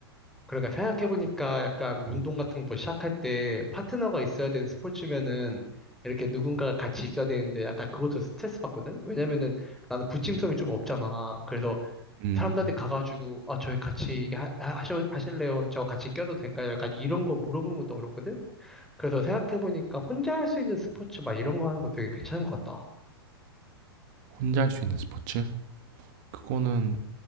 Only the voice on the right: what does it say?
음,
음,
음.
혼자 할 수 있는 스포츠 그거는